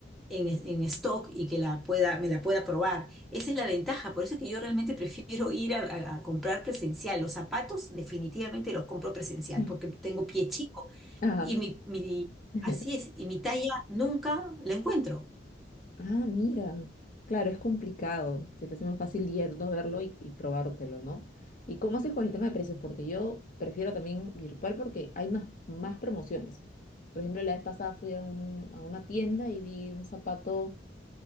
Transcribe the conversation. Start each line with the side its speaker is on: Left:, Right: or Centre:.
Centre: en, en stock y que la pueda, me la pueda probar. Esa es la ventaja, por eso es que yo realmente prefiero ir a, a- a comprar presencial. Los zapatos definitivamente los compro presencial
Left: <laughs>
Centre: porque tengo pie chico
Left: Ajá.
Centre: y mi, mi-
Left: <laughs>
Centre: así es, y mi talla nunca la encuentro.
Left: Ah, mira, claro, es complicado. Se te hace más fácil yerno verlo y, y probártelo, ¿no? ¿Y cómo haces con el tema de precios? Porque yo prefiero también virtual porque hay más, más promociones. Por ejemplo, la vez pasada fui a, un- a una tienda y vi un zapato